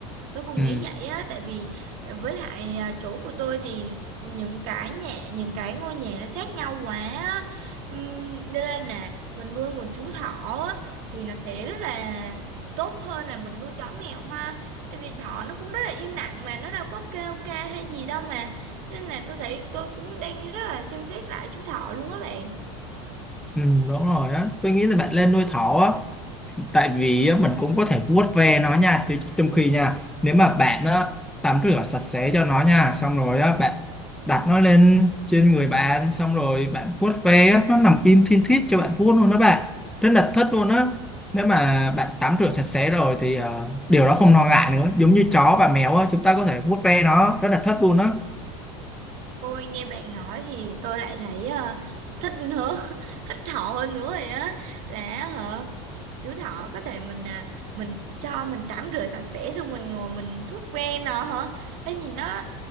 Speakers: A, on the right (about 55°); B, in the centre.
A: tôi cũng
B: ừ,
A: nghĩ vậy á tại vì với lại à, chỗ của tôi thì những cái nhà những cái ngôi nhà nó sát nhau quá á. Ừm, nên là nè, mình nuôi một chú thỏ á, thì nó sẽ rất là tốt hơn là mình nuôi chó mèo ha tại vì thỏ nó cũng rất là im lặng mà nó đâu có kêu ca hay gì đâu mà nên là tôi thấy tôi cũng đang rất là xem xét lại chú thỏ luôn á bạn
B: ừ, đúng rồi á tôi nghĩ là bạn lên nuôi thỏ á tại vì á, mình cũng có thể vuốt ve nó nha chứ- trong khi nha nếu mà bạn á, tắm rửa sạch sẽ cho nó nha xong rồi á, bạn đặt nó lên trên người bạn xong rồi bạn vuốt ve á, nó nằm im thin thít cho bạn vuốt luôn đó bạn rất là thích luôn á nếu mà bạn tắm rửa sạch sẽ rồi thì ờ, điều đó không lo ngại nữa giống như chó và mèo á, chúng ta có thể vuốt ve nó rất là thích luôn á
A: Ôi nghe bạn nói thì tôi lại thấy ờ, thích nữa <laughs> thích thỏ hơn nữa rồi á là hả chú thỏ có thể mình à, mình cho mình tắm rửa sạch sẽ xong mình ngồi mình vuốt ve nó hả Ê nhìn nó